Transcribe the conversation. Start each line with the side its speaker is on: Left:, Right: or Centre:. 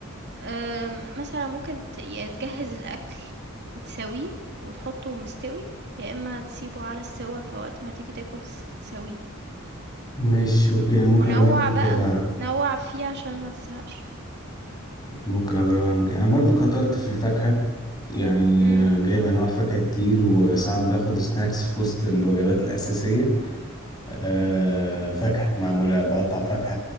Right: آمم، مثلًا ممكن ت يا تجهّز الأكل وتساويه وتحطّه مستوي، يا إمّا تسيبه على السِوَّة فوقت ما تيجي تاكل تس تساويه،
Left: ماشي اوكي انا ممكن
Right: ونوّع
Left: اجربها من
Right: بقى،
Left: كده فعلا
Right: نوّع فيه عشان ما تزهقش.
Left: ممكن اجربها من كده انا برضو كترت في الفاكهه يعني
Right: إمم،
Left: آه، جايب انواع فاكهه كتير وساعات باخد سناكس في وسط الوجبات الاساسيه آه فاكهه معموله بقطع فاكهه